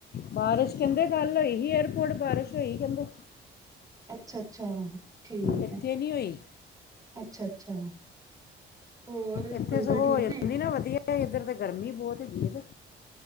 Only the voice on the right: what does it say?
ਅੱਛਾ, ਅੱਛਾ। ਠੀਕ
ਹੈ,
ਅੱਛਾ। ਅੱਛਾ। ਹੋਰ
ਅੰਕਲ
ਠੀਕ
ਨੇ।